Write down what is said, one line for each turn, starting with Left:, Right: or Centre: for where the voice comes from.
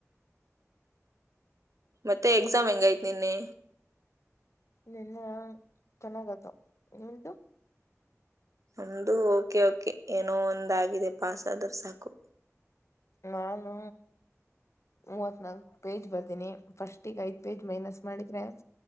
Right: ಮತ್ತೆ ಕಸ ಮೆಂಗಾ ಇಐ ನಿೆ
Left: ನಿನ್ನ ಚೆನ್ನಾಗತ ನಿ್ದು
Right: ನಮ್ದು ಓಕೆ ಓಕೆ ಏನೋ ಒಂದಾಗಿದೆ ಪಾಸ್ ಆದ್ರ ಸಾಕು
Left: ನಾನು ಮೂವತ್ ನಾಲ್ಕ್ ಪೇಜ್ ಬರ್ದೀನಿ ಫಸ್ಟ್ ಈಗ ಐದ ಪೇಜ್ ಮೈನಸ್ ಮಾಡಿದ್ರೆ